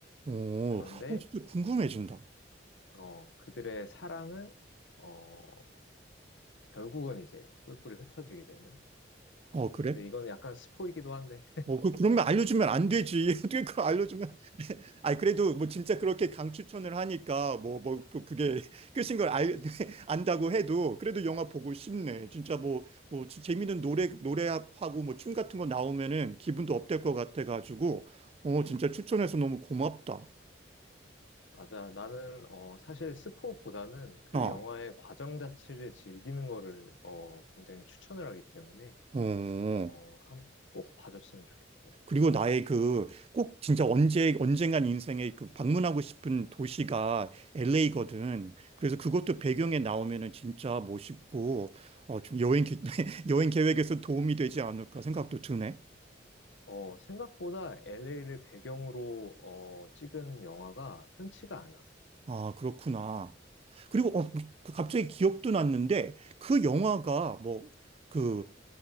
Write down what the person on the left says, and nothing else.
그런데,
어, 그들의 사랑은, 어, 결국은 이제 뿔뿔이 흩어지게 되는.
어,
근데 이건 약간 스포이기도 한데.
맞아. 나는, 어, 사실 스포보다는 그
영화의 과정 자체를 즐기는 거를, 어, 굉장히 추천을 하기 때문에,
어, 한, 꼭 봐줬으면 좋겠어.
어, 생각보다 LA를 배경으로, 어, 찍은 영화가 흔치가 않아.